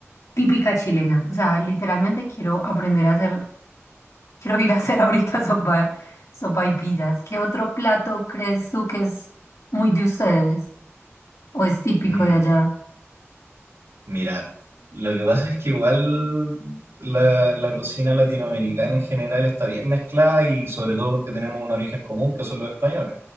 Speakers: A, on the left; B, on the right.
A: típica chilena. O sea, literalmente quiero aprender a hacer, <laughs> quiero ir a hacer ahorita <laughs> sopa, sopaipillas. ¿Qué otro plato crees tú que es muy de ustedes o es típico
B: Mm,
A: de allá?
B: mira, lo que pasa es que igual la, la cocina latinoamericana en general está bien mezclada y sobre todo porque tenemos un origen común que son los españoles.